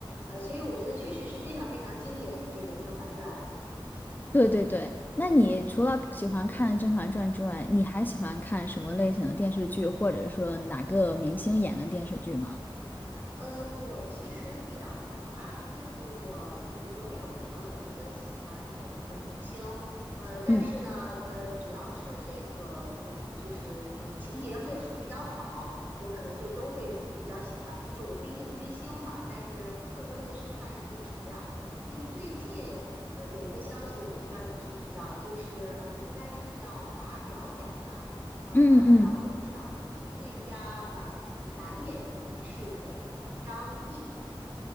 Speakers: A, on the right; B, on the left.
A: 呃，所以我觉得确实是非常非常经典，这个《甄嬛传》。
B: 对对对。那你除了喜欢看《甄嬛传》之外，你还喜欢看什么类型的电视剧，或者说哪个明星演的电视剧吗？
A: 呃，我其实比较杂，就是我呃我没有特别的喜欢某个明星，呃，但是呢，
B: 嗯
A: 呃，只要是这个呃，就是呃情节会好比较好，我可能就都会比较喜欢。就是我不一定追星哈，但是更多的是看这个质量。就是最近呃有一个消息，我不知道你知不知道，就是呃应该是叫华表奖吧。呃，
B: 嗯嗯。
A: 华表奖的最佳呃男演员是给了张译。